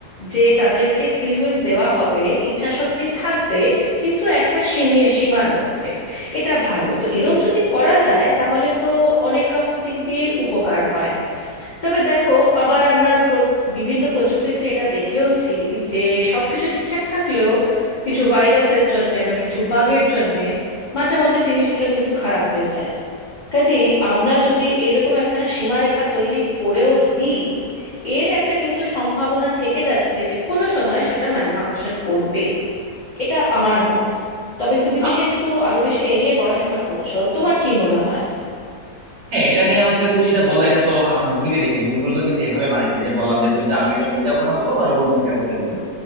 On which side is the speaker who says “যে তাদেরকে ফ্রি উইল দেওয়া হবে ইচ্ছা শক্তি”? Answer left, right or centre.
Left